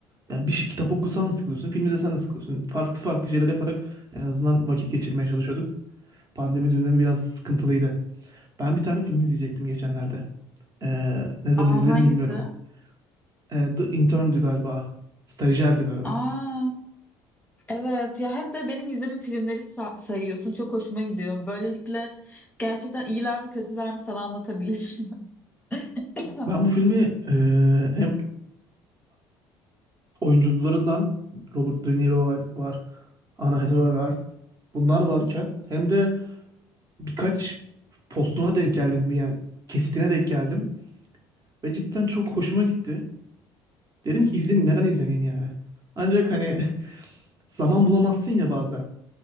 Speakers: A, on the right; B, on the left.
A: Yani bir şey, kitap okusan da sıkılıyorsun, film izlesen de sıkılıyorsun. Farklı farklı şeyler yaparak en azından vakit geçirmeye çalışıyorduk. Pandemi dönemi biraz sıkıntılıydı. Ben bir tane film izleyecektim geçenlerde. Ee, ne zaman
B: Aa
A: izlerim
B: hangisi?
A: bilmiyorum. Ee, The Intern'dü galiba. Stajyerdi galiba.
B: Aa Evet ya hep de benim izlediğim filmleri sa- sayıyorsun. Çok hoşuma gidiyor. Böylelikle gerçekten iyiler mi kötüler mi sana anlatabilir. <laughs>
A: Ben bu filmi e, hem oyuncularından Robert De Niro var, var, Anna Hathaway var. Bunlar varken hem de birkaç postuna denk geldim yani kesitine denk geldim ve cidden çok hoşuma gitti. Dedim ki izleyeyim neden izlemeyeyim yani. Ancak hani <laughs> zaman bulamazsın ya bazen.